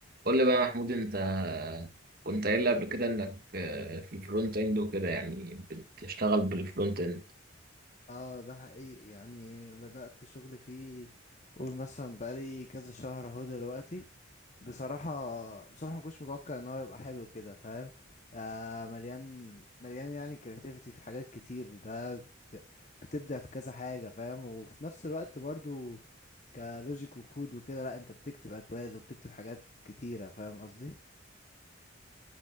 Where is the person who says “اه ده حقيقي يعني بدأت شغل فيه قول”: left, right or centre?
Left